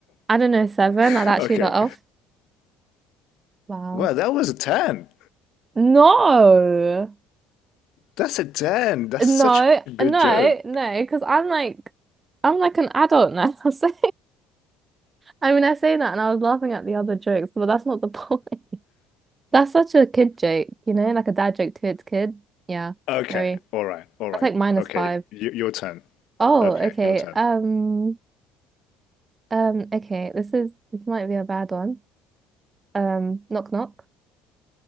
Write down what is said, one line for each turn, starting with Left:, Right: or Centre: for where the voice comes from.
Right: I don't know, seven,
Left: <laughs>
Right: I'd actually
Left: Okay,
Right: let off. Wow.
Left: well, that was a 10.
Right: No.
Left: That's a 10. That's
Right: No,
Left: such a good
Right: no,
Left: joke.
Right: no, because I'm like, I'm like an adult now. <laughs> So, I mean, I say that and I was laughing at the other jokes, but that's not the <laughs> point. That's such a kid joke, you know, like a dad joke to its kid. Yeah.
Left: Okay,
Right: Sorry.
Left: all right, all right.
Right: That's like minus
Left: Okay,
Right: five.
Left: y- your turn.
Right: Oh,
Left: Okay,
Right: okay.
Left: your turn.
Right: Um, um, okay. This is, this might be a bad one. Um, knock knock.